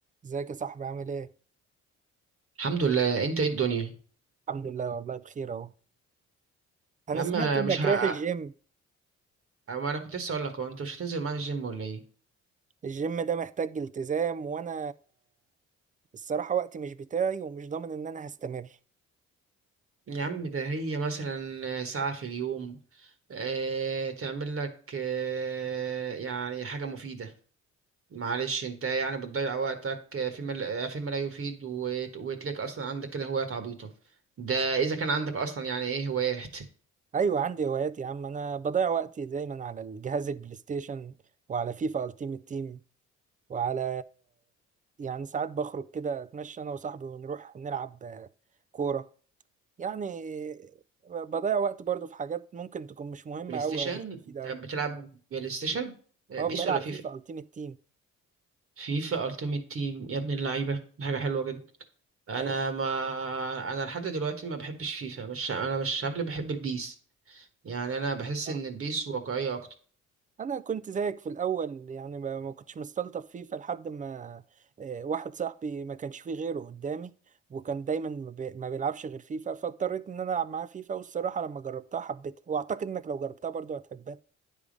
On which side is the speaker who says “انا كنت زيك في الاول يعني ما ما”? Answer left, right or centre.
Right